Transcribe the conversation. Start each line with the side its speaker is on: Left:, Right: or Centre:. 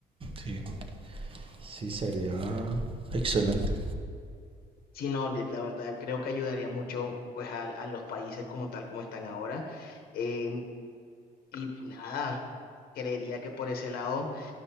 Right: Sí, sí, sería excelente.
Left: Sí, no, de- la verdad creo que ayudaría mucho pues a, a los países como tal como están ahora. Em, y nada, creería que por ese lado...